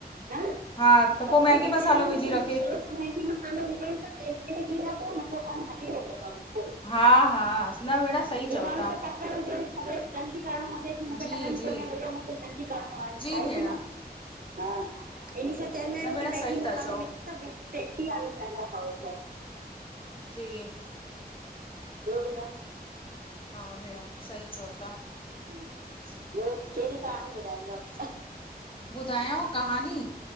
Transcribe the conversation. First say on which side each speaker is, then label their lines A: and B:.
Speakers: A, on the right (about 60°); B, on the left (about 30°).
A: ह
B: हा
A: त
B: पोइ
A: उन
B: मैगी
A: में चवंदा
B: मसालो
A: आहिन
B: विझी
A: की
B: रखे
A: थोरो मैगी मसालो विझण सां टेस्ट बी थींदा थव, मिठो पन हटी वेंदो अथव बिल्कुल।
B: हा हा न भेण सही
A: जीअ
B: चओ
A: माण्हू
B: था
A: खे तकड़ हुजे सवेल जल्दी करणो हुजे, कि मुखे
B: जी
A: टाइम
B: जी
A: कोन्हे भईया जल्दी करणो आहे,
B: जी
A: आहे
B: भेण
A: की न, हा। इनिशा चवंदा अनि
B: न भेण
A: कि मैगी
B: सही
A: मसालो
B: था चओ
A: विज टेस्टी आलू ठइंदा थव।
B: जी।
A: ॿियो भेण?
B: हा भेण, सही चओ ता।
A: ॿियो केहड़ी कहाणी ॿुधाईंदव।
B: ॿुढायाव कहानी